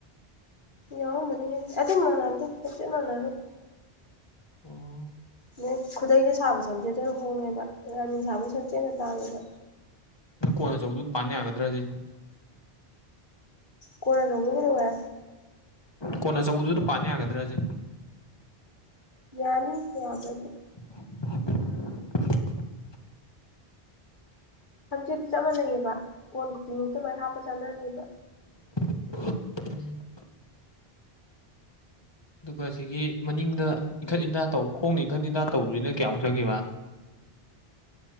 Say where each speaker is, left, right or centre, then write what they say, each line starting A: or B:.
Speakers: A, on the left (about 50°); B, on the left (about 25°).
A: ꯌꯥꯎꯔꯝ ꯃꯅꯤꯍꯦ ꯑꯇꯩ ꯃꯅꯥꯗꯦ ꯁꯝꯆꯦꯠ ꯃꯅꯥꯔꯣꯏ
B: ꯑꯣ
A: ꯅꯣꯏ ꯈꯨꯗꯩꯗ ꯁꯥꯕ ꯁꯝꯖꯦꯠꯇꯅ ꯍꯣꯡꯉꯦꯕ ꯔꯥꯅꯤ ꯁꯥꯕ ꯁꯝꯖꯦꯠꯅ ꯇꯥꯡꯉꯦꯕ
B: ꯑꯗꯣ ꯀꯣꯟ ꯑꯆꯧꯕꯗꯨ ꯄꯥꯟ ꯌꯥꯒꯗ꯭ꯔꯁꯤꯅꯤ
A: ꯀꯣꯅ ꯑꯆꯧꯕꯗꯨ ꯀꯩ ꯇꯧꯔꯦ
B: ꯀꯣꯟꯑꯆꯧꯕꯗꯨꯗ ꯄꯥꯟꯕ ꯌꯥꯒꯗ꯭ꯔꯥꯁꯤ
A: ꯌꯥꯅꯤ ꯌꯥꯕꯗꯤ
B: <unintelligible>
A: ꯁꯝꯆꯦꯠꯇꯤ ꯆꯞ ꯃꯥꯟꯅꯩꯌꯦꯕ ꯀꯣꯟ ꯈꯨꯗꯤꯡꯃꯛꯇ ꯂꯣꯏ ꯍꯥꯞꯄ ꯆꯥꯟꯅꯅꯦꯕ
B: ꯎꯝ ꯑꯗꯨꯒ ꯁꯤꯒꯤ ꯃꯅꯤꯡꯗ ꯏꯟꯈꯠ ꯏꯟꯊ ꯇꯧ ꯈꯣꯡꯅ ꯏꯟꯈꯠ ꯏꯟꯊ ꯇꯧꯕꯁꯤꯅ ꯀꯌꯥꯃꯨꯛ ꯆꯈꯤꯕꯦ